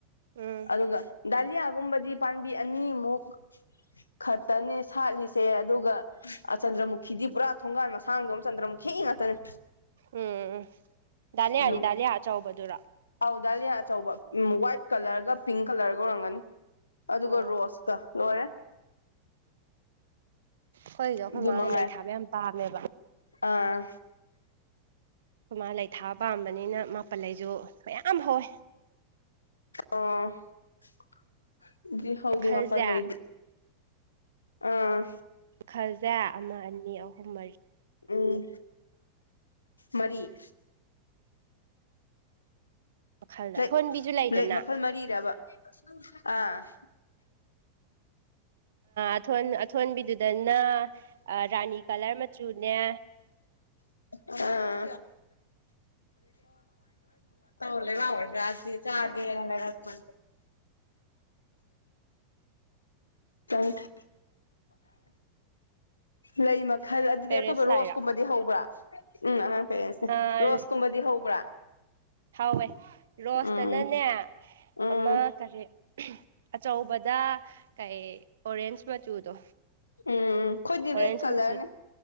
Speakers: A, on the right; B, on the left.
A: ꯎꯝ
B: ꯑꯗꯨꯒ ꯗꯥꯂꯤꯌꯥꯒꯨꯝꯕꯗꯤ ꯄꯥꯝꯕꯤ ꯑꯅꯤꯃꯨꯛ ꯈꯛꯇꯅꯦ ꯁꯥꯠꯂꯤꯁꯦ ꯑꯗꯨꯒ ꯑ ꯆꯟꯗ꯭ꯔꯃꯨꯈꯤꯗꯤ ꯄꯨꯔꯥ ꯊꯣꯡꯒꯥꯏ ꯃꯁꯥꯡꯗꯣ ꯑꯃ ꯆꯟꯗ꯭ꯔꯃꯨꯈꯤ ꯉꯥꯛꯇꯅꯦ
A: ꯎꯝ ꯗꯥꯂꯤꯌꯥꯅꯤ
B: ꯑꯗꯨꯝ
A: ꯗꯥꯂꯤꯌꯥ ꯑꯆꯧꯕꯗꯨꯔ
B: ꯑꯧ ꯗꯥꯂꯤ ꯑꯆꯧꯕ ꯎ ꯋꯥꯏꯠ ꯀꯂꯔꯒ ꯄꯤꯡ ꯀꯂꯔꯒ ꯑꯣꯏꯔꯝꯒꯅꯤ ꯑꯗꯨꯒ
A: ꯑꯣ
B: ꯔꯣꯁꯀ ꯂꯣꯏꯔꯦ
A: ꯍꯣꯏꯁꯨ ꯑꯩꯈꯣꯏ
B: ꯑꯗꯨ
A: ꯃꯥ
B: ꯃꯉꯥꯏ
A: ꯂꯩ ꯊꯥꯕ ꯌꯥꯝ ꯄꯥꯝꯃꯦꯕ
B: ꯑꯥ
A: ꯈꯨꯃꯥ ꯂꯩ ꯊꯥꯕ ꯄꯥꯝꯕꯅꯤꯅ ꯃꯥꯄꯜꯂꯁꯨ ꯃꯌꯥꯝ ꯍꯧꯋꯦ
B: ꯑꯣꯗꯤ ꯍꯗꯦ
A: ꯃꯈꯜꯁꯦ
B: ꯃꯥꯄꯜꯂꯩꯗ ꯑꯥ
A: ꯈꯜꯖꯦ ꯑꯃ ꯑꯅꯤ ꯑꯍꯨꯝ ꯃꯔꯤ
B: ꯎꯝ ꯃꯔꯤ
A: ꯃꯈꯜꯗ
B: ꯂꯩ
A: ꯑꯊꯣꯟꯕꯤꯁꯨ ꯂꯩꯗꯅ
B: ꯂꯩ ꯃꯈꯜ ꯃꯔꯤꯔꯕ ꯑꯥ
A: ꯑꯊꯣꯟ ꯑꯊꯣꯟꯕꯤꯗꯨꯗꯅ ꯔꯥꯅꯤ ꯀꯂꯔ ꯃꯆꯨꯅꯦ
B: <unintelligible> ꯑꯥ <unintelligible> <unintelligible> ꯆꯥꯁꯦꯅ ꯂꯩꯔꯛꯄ <unintelligible> ꯂꯩ ꯃꯈꯜ ꯑꯗꯨꯗꯤ
A: ꯄꯦꯔꯦꯟꯁ
B: ꯑꯇꯣꯞꯄ ꯔꯣꯁ ꯀꯨꯝꯕꯗꯤ ꯍꯧꯕ꯭ꯔꯥ ꯎꯝ ꯑꯉꯥꯡ ꯄꯦꯔꯦꯟꯁꯦ
A: ꯂꯥꯛꯏꯔꯣ
B: ꯔꯣꯁ ꯀꯨꯝꯕ ꯗꯤ ꯍꯧꯕ꯭ꯔꯥ
A: ꯍꯥꯎꯋꯦ ꯔꯣꯁꯇꯅꯅꯦ
B: ꯎꯝ ꯎꯝ
A: ꯑꯃ ꯀꯔꯤ ꯑꯆꯧꯕꯗ ꯀꯩ ꯑꯣꯔꯦꯟꯖ ꯃꯆꯨꯗꯣ
B: ꯎꯝ ꯈꯣꯏꯗꯤ
A: ꯑꯣꯔꯦꯟꯖ
B: ꯔꯦꯗ ꯀꯂꯔꯅꯦ
A: ꯃꯆꯨ